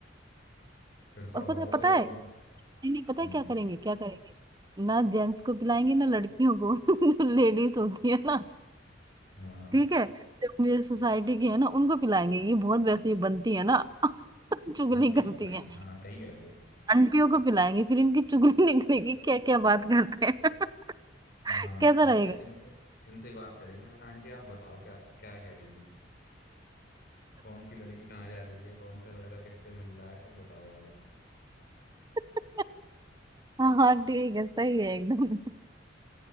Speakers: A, on the left; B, on the right.
A: फिर तो
B: और
A: आप
B: पता
A: आउट
B: पता
A: हो जाओगी
B: है नहीं नहीं पता
A: हम्म
B: है क्या करेंगे क्या करेंगे ना जेंट्स को पिलाएंगे ना लड़कियों को <laughs> जो लेडीज होती है ना
A: हाँ हाँ
B: ठीक है जो अपनी सोसाइटी की है ना उनको पिलाएंगे ये बहुत वैसे ही बनती है ना <laughs> चुगली
A: आंटियों
B: करती
A: को बुलाएंगे
B: है
A: हाँ सही कह रही हो
B: आंटियों को पिलाएंगे फिर इनकी चुगली <laughs> निकलेगी क्या क्या बात करते हैं
A: हाँ
B: <laughs> कैसा
A: इनसे
B: रहेगा
A: इनसे इनसे ही बात करेंगे और आंटी आप बताओ क्या क्या कह रही थी कौन सी लड़की कहाँ जा रही है कौन सा लड़का किससे मिल रहा है सब बताओ आ जाओ
B: <laughs> हाँ हाँ ठीक है सही है एकदम